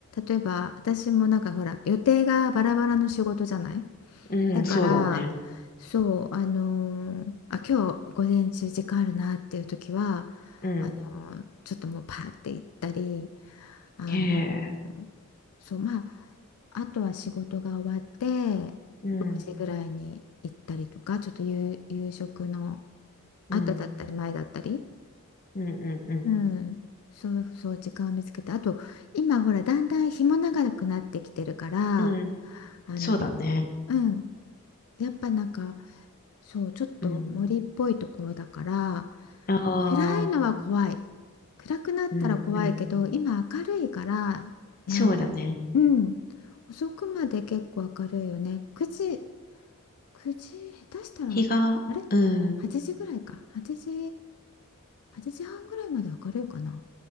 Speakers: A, on the left; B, on the left.
A: 例えば私もなんかほら予定がバラバラの仕事じゃない
B: うん、
A: だから、
B: そうだね。
A: そう、あのーあ、今日午前中時間あるなっていう時は、
B: うん、
A: あのーちょっともうパーって行ったり、あの
B: へえ、
A: そう、まあ、あとは仕事が終わって、
B: うん、
A: 6時ぐらいに行ったりとか、ちょっと夕、夕食の
B: うん、
A: 後だったり前だったり、
B: うん、うん、うん、
A: うん、そうそう、時間を見つけて、あと、今ほら、だんだん日も長くなってきてるから、
B: うん、
A: あの、
B: そうだね。
A: うん、やっぱなんか、そう、ちょっと森っぽいところだから、
B: うん、ああ、
A: 暗いのは怖い。暗くなったら怖いけど、
B: うん、うん、
A: 今明るいから、なん、
B: そうだね。
A: うん、遅くまで結構明るいよね。9時、9時、下手したら、
B: 日が、
A: あれ
B: うん、
A: ?8 時ぐらいか。8時、8時半ぐらいまで明るいかな。